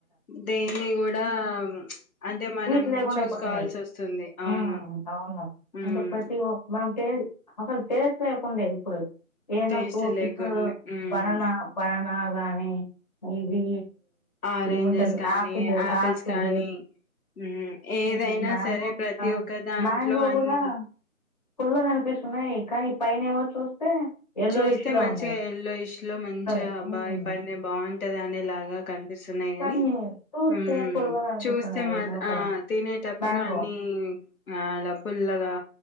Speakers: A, on the left; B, on the left.
A: దేన్ని కూడా అంటే మనం
B: స్వీట్స్ లేకుండా
A: చూసుకోవాల్సి
B: అయిపోతున్నాయి
A: వస్తుంది అవును
B: ఆ అవును
A: మ్మ్
B: అంటే ప్రతి ఒ మనం టే అసలు టేస్ట్లేకుండే ఇప్పుడు ఏమన్నా
A: టేస్ట్
B: ఫ్రూట్
A: లేకుండా
B: ఇప్పుడు
A: మ్మ్
B: బనానా బనానా నీ ఇది
A: ఆరెంజెస్
B: ఏముంటది
A: కానీ
B: ఆపిల్
A: ఆపిల్స్
B: ఆపిల్
A: కానీ మ్మ్ ఏదైనా
B: ఇది మ్యాంగో
A: సరే ప్రతి
B: ఆ
A: ఒక్క దాంట్లో
B: మ్యాంగో
A: అన్ని
B: కూడా పుల్లగానిపిస్తున్నాయి కానీ ఈ పైన ఏమో చూస్తే యెల్లోయిష్‌లో
A: చూస్తే మంచిగా
B: ఉన్నాయి.
A: ఎల్లో ఇష్ లో మంచి
B: పుల్లగా
A: అబ్బ
B: హ్మ్.
A: ఈ పనై బాగుంటది అనే లాగా కనిపిస్తు న్నాయి కాని
B: కానీ చూస్తే
A: ఉమ్
B: పుల్లగనిపిస్తున్నాయి
A: చూస్తే మా
B: లోపల
A: ఆ తినేటప్పుడు
B: మ్యాంగో.
A: అన్ని అలా పుల్లగా